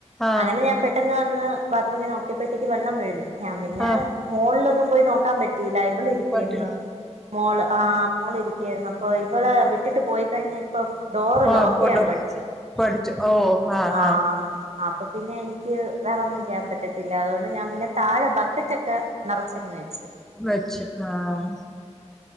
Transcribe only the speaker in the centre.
ആ
ആ
പറ്റില്ല
ആ
പോട്ടോ
പഠിച്ചു ഓ ആ
ആ
വെച്ച് ആഹ്